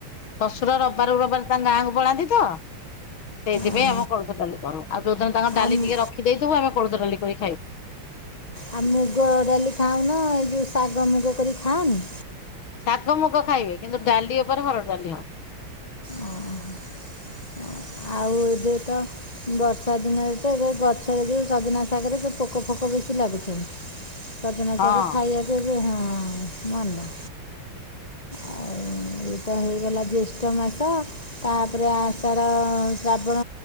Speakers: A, on the left (about 75°); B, on the left (about 20°).
A: ଶଶୁର ରବବାର କୁ ରବବାର ତାଙ୍କ ଗାଁକୁ ପଳାନ୍ତି ତ ସେଇଥିପାଇଁ
B: ହଁ
A: ଆମ କଳୋଥ ଡାଲି କରୁ ଆଉ ଯୋଉଦିନ ତାଙ୍କ ଡାଲି
B: ଆଉ
A: ଟିକେ ର ରଖି ଦେଇଥିବୁ ଆମେ କୋଳଥ ଡାଲି କରି ଖାଈବୁ।
B: ଆଉ ମୁଗ ଡାଲି ଖାଉନ ଏ ଯଉ ଶାଗ ମୁଗ କରି ଖାଅନି।
A: ଶାଗ ମୁଗ ଖାଇବେ କିନ୍ତୁ ଡାଲି ଉପରେ ହରଡ଼ ଡାଲି ହବ।
B: ଓ ହ ଅ ଆଉ ଏବେ ତ ବର୍ଷା ଦିନରେ ତ ଏବେ ଗଛରେ ଯଉ ସଜନା। ଶାଗରେ ସେ ପୋକ ଫୋକ ବେଶି ଲାଗୁଚନ୍ତି ସଜନା
A: ହଁ
B: ଶାଗ ଖାଇ ହଁ ମନ। ଆଉ ଏଇ ତ ହେଗଲା ଜିୟଷ୍ଟ ମାସ ତାପରେ ଆଷାଢ। ହଁ ଶ୍ରାବଣ